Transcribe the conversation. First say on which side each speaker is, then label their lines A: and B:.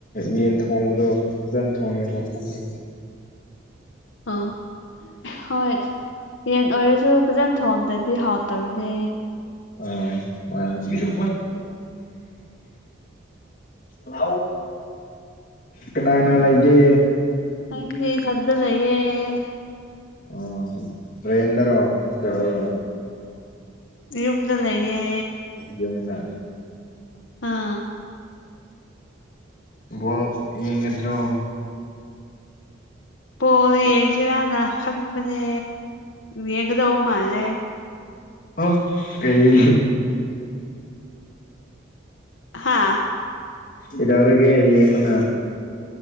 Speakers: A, on the left; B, on the left.
A: ꯌꯦꯟ ꯊꯣꯡꯕꯗꯣ ꯐꯖꯟ ꯊꯣꯡꯉꯦ ꯃꯀꯨꯒꯤ
B: ꯑ ꯍꯣꯏ ꯌꯦꯟ ꯑꯣꯏꯔꯁꯨ ꯐꯖꯟ ꯊꯣꯟꯗ ꯗꯤ ꯍꯥꯥꯎ ꯇꯕꯅꯦ
A: ꯑ ꯋꯥꯁꯨ
B: <inaudible>
A: ꯂ ꯀꯅꯥ ꯀꯅꯥ ꯂꯩꯒꯦ
B: ꯑꯩꯗꯤ ꯏꯊꯟꯗ ꯂꯩꯌꯦꯦ
A: ꯑ ꯔꯦꯟꯗꯔꯣ ꯍꯣꯁꯇꯦꯜ
B: ꯌꯨꯝꯗ ꯂꯩꯌꯦ
A: ꯌꯨꯝꯗ
B: ꯑꯥ
A: ꯕꯣꯜ ꯌꯦꯡꯉꯗ꯭ꯔꯣ
B: ꯄꯣꯜ ꯌꯦꯡꯁꯤꯔꯅ ꯈꯟꯕꯅꯦ ꯌꯦꯡꯒꯗꯧ ꯃꯥꯜꯂꯦ
A: ꯍ ꯀꯩ
B: ꯍꯥ
A: ꯏꯗꯧꯔꯒ ꯌꯦꯉꯣꯅ